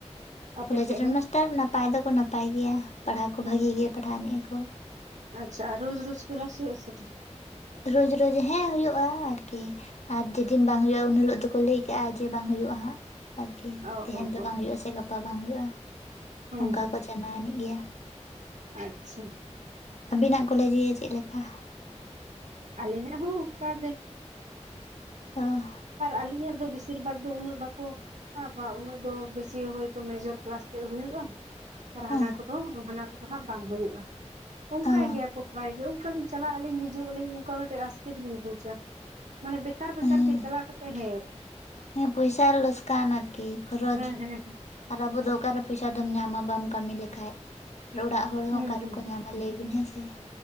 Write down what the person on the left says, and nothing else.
ᱠᱚᱞᱮᱡᱽ
ᱨᱮᱱ ᱢᱟᱥᱴᱟᱨ ᱱᱟᱯᱟᱭ ᱫᱚᱠᱚ ᱱᱟᱯᱟᱭ ᱜᱮᱭᱟ ᱯᱟᱲᱦᱟᱣ ᱠᱚ ᱵᱷᱟᱜᱤ ᱜᱮᱭᱟ ᱯᱟᱲᱦᱟᱣ ᱟᱱᱮᱡ ᱟᱠᱚ᱾
ᱨᱚᱡᱽ ᱨᱚᱡᱽ ᱦᱮᱸ ᱦᱩᱭᱩᱜᱼᱟ ᱟᱨᱠᱤ ᱟᱨ ᱡᱮᱫᱤᱱ ᱵᱟᱝ ᱦᱩᱭᱩᱜᱼᱟ ᱩᱱ ᱦᱤᱞᱳᱜ ᱫᱚᱠᱚ ᱞᱟᱹᱭ ᱠᱮᱫ᱾ ᱪᱤᱠᱟᱹᱜᱼᱟ ᱡᱮ ᱵᱟᱝ ᱦᱩᱭᱩᱜᱼᱟ ᱦᱟᱸᱜ ᱟᱨᱠᱤ
ᱛᱮᱦᱮᱱ
ᱫᱚ
ᱵᱟᱝ ᱦᱩᱭᱩᱜᱼᱟ ᱥᱮ ᱜᱟᱯᱟ ᱵᱟᱝ ᱦᱩᱭᱩᱜᱼᱟ᱾
ᱚᱱᱠᱟ ᱠᱚ ᱡᱟᱱᱟᱣᱱᱤᱡ ᱜᱮᱭᱟ᱾
ᱟᱵᱤᱱᱟᱜ ᱠᱚᱞᱮᱡᱽ ᱜᱮ ᱪᱮᱫ ᱞᱮᱠᱟ?
ᱚᱸ᱾
ᱦᱮᱸ
ᱚ
ᱦᱮᱸ
ᱦᱮᱸ ᱯᱚᱭᱥᱟ ᱞᱚᱥ ᱠᱟᱱ ᱟᱨᱠᱤ ᱠᱷᱚᱨᱚᱪ᱾
ᱟᱨ ᱟᱵᱚ ᱫᱚ ᱚᱠᱟᱨᱮ ᱯᱚᱭᱥᱟ ᱫᱚᱢ ᱧᱟᱢᱟ ᱵᱟᱢ ᱠᱟᱹᱢᱤ ᱞᱮᱠᱷᱟᱱᱡ ᱚᱲᱟᱜ ᱦᱚᱲ ᱦᱚᱸ
ᱚᱠᱟᱮᱠᱚ
ᱧᱟᱢᱟ᱾ ᱞᱟᱹᱭ ᱵᱤᱱ ᱦᱮᱸ ᱥᱮ᱾